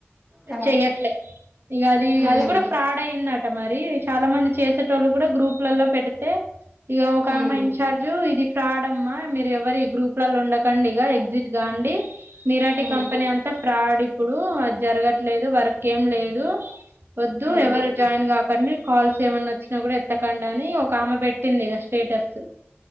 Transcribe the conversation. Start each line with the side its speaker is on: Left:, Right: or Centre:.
Centre: రారు
Right: చెయ్యట్లేదు ఇక అది
Centre: ఉమ్
Right: అది కూడా ఫ్రాడ్ అయిందట మరి చాలా మంది చేసేటోళ్ళు కూడా గ్రూప్ లల్లో పెడి తే ఇగో ఒకామ
Centre: ఉమ్
Right: ఇన్చార్జు ఇది పాడమ్మా మీరు ఎవరి గ్రూప్ లలో ఉండకండి ఇ ఎగ్జిట్ గాండి మీరాటి
Centre: ఉమ్
Right: కంపెనీ అంతా ప్రాడి ఇప్పుడు అది జరగట్లేదు వర్క్ ఏం లేదు వద్దు
Centre: ఉమ్
Right: ఎవరు జాయిన్ కా అని కాల్స్ ఏమన్నా వోచ్చినా కూడా ఎత్తకండి అని ఒక ఆమె పెట్టింది ఇగ స్టేటస్